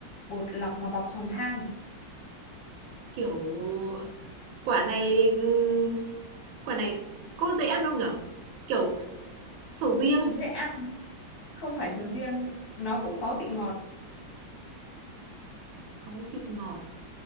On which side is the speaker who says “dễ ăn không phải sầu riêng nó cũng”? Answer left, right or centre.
Left